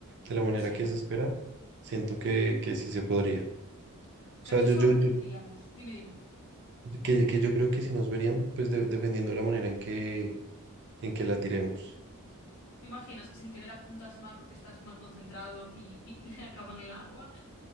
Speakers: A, on the right (about 50°); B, on the left (about 60°).
A: de la manera
B: Sí.
A: que se espera, siento que, que sí se podría. O sea,
B: Que entonces
A: yo, yo,
B: ahora
A: yo-
B: tendríamos. Dime, dime.
A: que, que yo creo que si nos verían, pues de- dependiendo de la manera en que, en que la tiremos.
B: ¿Te imaginas que sin querer apuntas mal porque estás mal concentrado y, y <laughs> le acaban el agua?